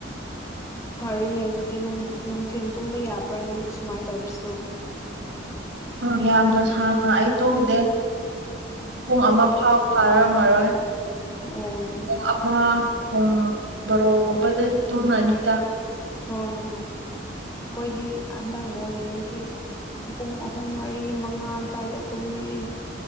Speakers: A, on the left; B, on the right.
A: ꯐꯔꯤꯅꯦ ꯑꯗꯨꯗꯤ ꯅꯨꯡꯊꯤꯟ ꯇꯨꯝꯕ ꯌꯥꯕ꯭ꯔꯥ ꯅꯪꯗꯤ ꯁꯨꯃꯥꯏꯅ ꯇꯧꯔꯁꯨ
B: ꯎꯝ ꯌꯥꯝꯅ ꯁꯥꯡꯅ ꯑꯩ ꯇꯨꯝꯗꯦ ꯄꯨꯡ ꯑꯃ ꯐꯥꯎ ꯐꯥꯔꯔꯝꯃꯔꯣꯏ
A: ꯑꯣꯝ
B: ꯄꯨꯡ ꯑꯃ ꯄꯨꯡ ꯕꯥꯔꯣꯒꯨꯝꯕꯗ ꯇꯨꯡ ꯑꯅꯤꯗ
A: ꯍꯣꯏ ꯍꯣꯏ ꯑꯩꯈꯣꯏꯗꯤ ꯍꯟꯗꯛ ꯕꯣ ꯌꯦꯡꯒꯤ ꯄꯨꯡ ꯑꯍꯨꯝ ꯃꯔꯤ ꯃꯉꯥ ꯑꯗꯨ꯭ꯋꯥꯏꯗ ꯇꯨꯝꯃꯦ